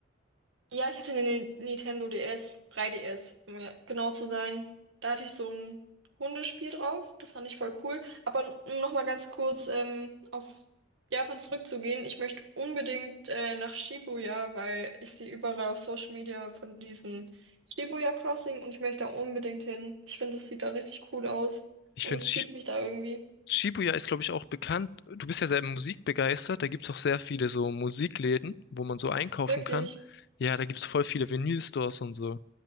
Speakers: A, on the right; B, on the left.
A: Ja, ich hatte eine Ni- Nintendo DS, 3DS, um ja genau zu sein. Da hatte ich so ein Hundespiel drauf. Das fand ich voll cool. Aber um nochmal ganz kurz ähm, auf Japan zurückzugehen, ich möchte unbedingt äh, nach Shibuya, weil ich sehe überall auf Social Media von diesem Shibuya Crossing und ich möchte da unbedingt hin. Ich finde, es sieht da richtig cool aus
B: Ich
A: und
B: finde,
A: es zieht mich da irgendwie.
B: Shibuya ist, glaube ich, auch bekannt. Du bist ja sehr musikbegeistert. Da gibt's auch sehr viele so Musikläden, wo man so einkaufen
A: Wirklich.
B: kann. Ja, da gibt's voll viele Vinylstores und so.